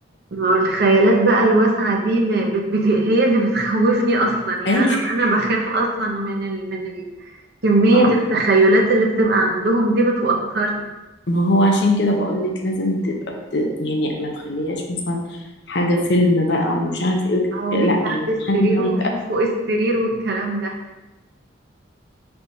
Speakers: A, on the right; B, on the left.
A: ما هو الخيالات بقى الواسعة دي ما بت... بت... هي اللي بتخوفني أصلا
B: <laughs>
A: يعني
B: اي
A: أنا أنا بخاف أصلا من ال... من ال... كمية
B: اه
A: التخيلات اللي بتبقى عندهم دي بتوترني
B: ما هو عشان كده بقول لك لازم تبقى بت... يعني ما تخليهاش مثلا حاجة فيلم بقى ومش عارف ايه وكده.
A: أو مين
B: لا
A: تحت
B: يعني
A: السرير
B: حاجة لايت
A: ومين فوق السرير والكلام ده